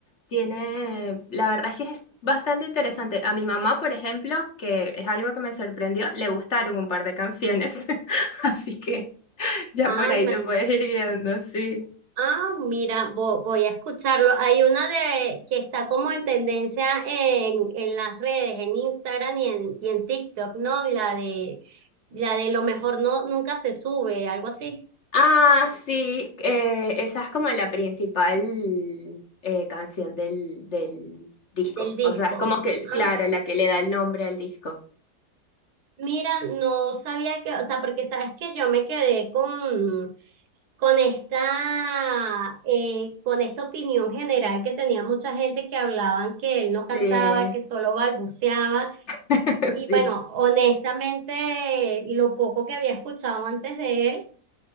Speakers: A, on the left; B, on the right.
A: tiene, la verdad es que es bastante interesante. A mi mamá, por ejemplo, que es algo que me sorprendió, le gustaron un par de canciones, <laughs> así que ya
B: Ah,
A: por ahí
B: imagínate.
A: te puedes ir guiando, sí.
B: Ah, mira, vo- voy a escucharlo. Hay una de que está como en tendencia en, en las redes, en Instagram y en, y en TikTok, ¿no? La de la de lo mejor no nunca se sube, algo así,
A: Ah, sí, eh, esa es como la principal eh, canción del, del disco.
B: del disco.
A: O sea, es como que,
B: Ah,
A: claro, la que le da el nombre al disco.
B: mira, no sabía que, o sea, porque sabes que yo me quedé con con esta, eh, con esta opinión general que tenía mucha gente que hablaban que él no cantaba,
A: Sí,
B: que solo balbuceaba,
A: <laughs>
B: Y
A: sí.
B: bueno, honestamente, lo poco que había escuchado antes de él